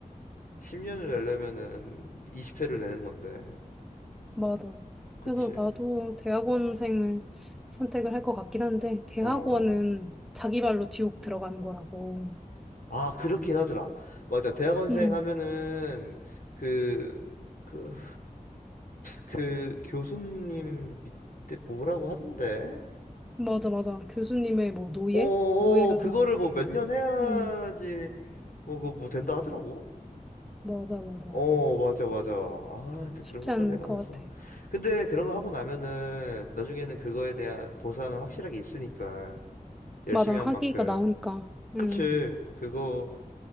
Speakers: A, on the left; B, in the centre.
A: 10년을 내려면은 20회를 내는 건데,
B: 맞아.
A: 그치.
B: 그래서 나도 대학원생을 선택을 할 것 같긴 한데, 대학원은
A: 어.
B: 자기 발로 지옥 들어가는 거라고.
A: 아, 그렇긴 하더라. 맞아. 대학원생
B: 음,
A: 하면은, 그, 그, 그 교수님 밑에 뭐라고 하던데?
B: 맞아, 맞아. 교수님의 뭐 노예?
A: 어, 어,
B: 노예가
A: 그거를
B: 된.
A: 뭐 몇 년 해야지,
B: 음,
A: 뭐, 그거 뭐 된다 하더라고.
B: 맞아, 맞아.
A: 어, 맞아, 맞아. 아, 근데
B: 쉽지
A: 그런 것까지
B: 않을
A: 해가면서.
B: 것 같아.
A: 근데 그런 거 하고 나면은 나중에는 그거에 대한 보상은 확실하게 있으니까 열심히
B: 맞아. 학위가
A: 한 만큼.
B: 나오니까. 음,
A: 그치. 그거,